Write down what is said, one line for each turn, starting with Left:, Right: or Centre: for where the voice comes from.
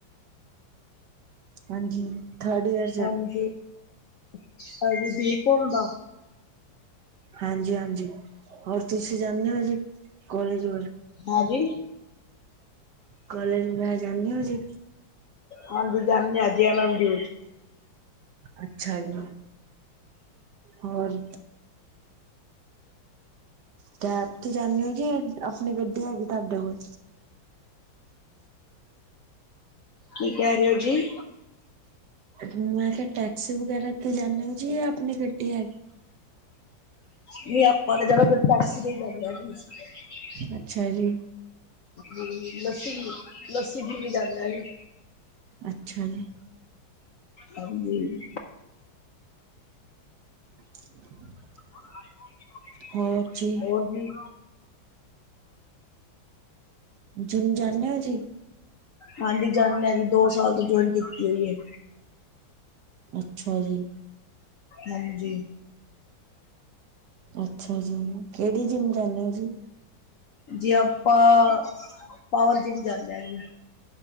Right: ਹਾਂਜੀ ਥਰਡ ਏਅਰ
Left: ਹਾਂਜੀ-ਹਾਂਜੀ ਠੀਕ ਹੁਣ ਦਾ
Right: ਹਾਂਜੀ-ਹਾਂਜੀ ਹੋਰ ਤੁਸੀਂ ਜਾਂਦੇ ਹੋ ਜੀ ਕੋਲੇਜ ਵ
Left: ਹਾਂਜੀ
Right: ਕਲੇਜ ਬੈ ਜਾਂਦੇ ਓ ਜੀ।
Left: ਹਾਂਜੀ ਜਾਂਦੇ ਜੀ ਐਮ ਐਮ ਜੀ।
Right: ਅੱਛਾ ਜੀ ਹੋਰ ਕੈਬ ਤੇ ਜਾਣੇ ਓ ਜੀ ਆਪਣੇ ਗੱਡੀ ਹੈਗੀ ਤਾਂਡੇ ਕੋਲ
Left: ਕੀ ਕਹਿ ਰਏ ਓ ਜੀ।
Right: ਮੈਂ ਕਿਆ ਟੈਕਸੀ ਵਗੈਰਾ ਤੇ ਜਾਂਣੇ ਓ ਜੀ ਆਪਣੀ ਗੱਡੀ ਹੈਗੀ।
Left: ਨਈ ਆਪਾਂ ਤਾਂ ਜਾਣਾ ਫਿਰ ਟੈਕਸੀ ਤੇ ਹੀ ਜਾਂਣੇ ਜੀ।
Right: ਅੱਛਾ ਜੀ।
Left: ਹਾਂਜੀ ਲੱਸੀ-ਲੱਸੀ ਪੀ ਵੀ ਜਾਂਦਾ ਜੀ।
Right: ਅੱਛਾ ਜੀ,
Left: ਹਾਂਜੀ
Right: <inaudible>
Left: ਆਈਫੋਨ ਜਰੂਰੀ
Right: ਹੋਰ ਜੀ।
Left: ਹੋਰ ਜੀ।
Right: ਜਿੰਮ ਜਾਣੇ ਓ ਜੀ।
Left: ਹਾਂਜੀ ਜਾਨੇ ਆਂ ਜੀ ਦੋ ਸਾਲ ਤੋਂ ਜੁਆਇਨ ਕੀਤੀ ਹੋਈ ਏ।
Right: ਅੱਛਾ ਜੀ।
Left: ਹਾਂਜੀ।
Right: ਅੱਛਾ ਜੀ ਕੇੜੀ ਜਿੰਮ ਜਾਨੇ ਓ ਜੀ।
Left: ਜੀ ਆਪਾਂ ਪਾਵਰ ਜਿੰਮ ਜਾਨੇ ਆਂ ਜੀ।